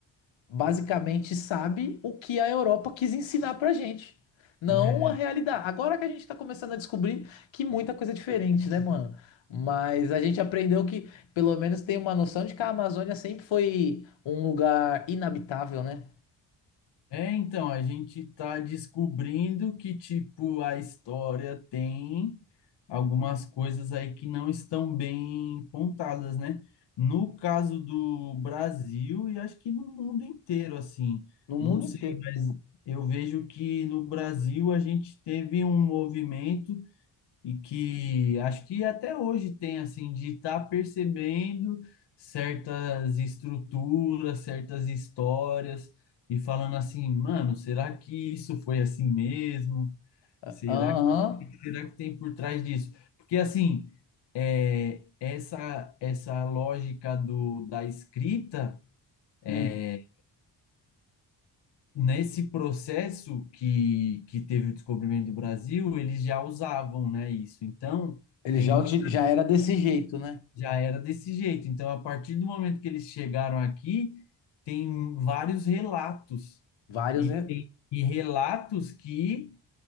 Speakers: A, on the left; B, on the left.
A: basicamente sabe o que a Europa quis ensinar pra gente, não
B: é,
A: a realidade. Agora que a gente tá começando a descobrir que muita coisa é diferente, né, mano? Mas a gente aprendeu que pelo menos tem uma noção de que a Amazônia sempre foi um lugar inabitável, né?
B: É, então, a gente tá descobrindo que, tipo, a história tem algumas coisas aí que não estão bem contadas, né? No caso do Brasil e acho que no mundo inteiro, assim,
A: No mundo
B: não sei,
A: inteiro.
B: mas eu vejo que no Brasil a gente teve um movimento e que acho que até hoje tem assim de estar percebendo certas estruturas, certas histórias e falando assim, mano, será que isso foi assim mesmo?
A: Ah,
B: Será
A: Aham.
B: que será que tem por trás disso? Porque assim, é, essa essa lógica do da escrita
A: Hum.
B: é, nesse processo que que teve o descobrimento do Brasil, eles já usavam, né, isso. Então,
A: Ele
B: tem
A: já,
B: muito
A: uti- já era desse jeito, né?
B: Já era desse jeito. Então, a partir do momento que eles chegaram aqui, tem vários relatos.
A: Vários.
B: E
A: re-
B: tem e relatos que,